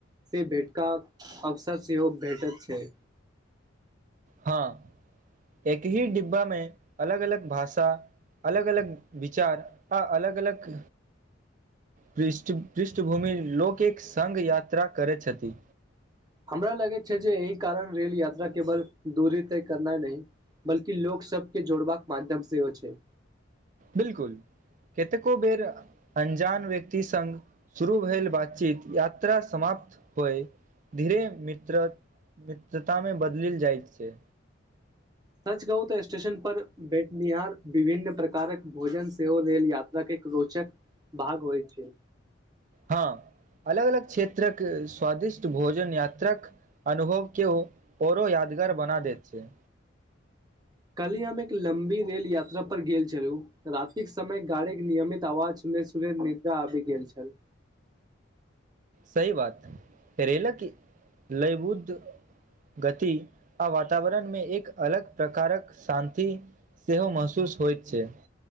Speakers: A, on the right; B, on the right.
A: से भेटका अवसर सेहो भेटैत छै।
B: हँ एक ही डिब्बामे अलग अलग भाषा अलग अलग विचार आ अलग अलग पृष्ठ पृष्ठभूमि लोक एक सङ्ग यात्रा करैत छथि।
A: हमरा लगैत छै जे एहि कारण रेल यात्रा केवल दूरी तय करनाइ नहि। बल्कि लोक सबके जोड़बाक माध्यम सेहो छै।
B: बिल्कुल कतेको बेर अनजान व्यक्ति संग। शुरू भेलल बातचीत यात्रा समाप्त होइ धीरे मित्र। मित्रता मे बदल जाइत छै।
A: सच कहु तऽ स्टेशन पर भेटनिहार विभिन्न प्रकारक भोजन सेहो। रेल यात्रा एक रोचक भाग होइ छै।
B: हँ अलग अलग क्षेत्रक स्वादिष्ट भोजन यात्रक अनुभव केओ औरो यादगार बना दैत छै।
A: काल्हि हम एक लम्बी रेल यात्रा पर गेल छलु। राातिक समय गाड़ी के नियमित आवाज सुनने से खुबे निंदा आबि गेल छल।
B: सही बात रेेलक लै बुद्ध। गति आ वातावरणमे एक अलग प्रकारक शान्ति। सेहो महसूस होइत छै।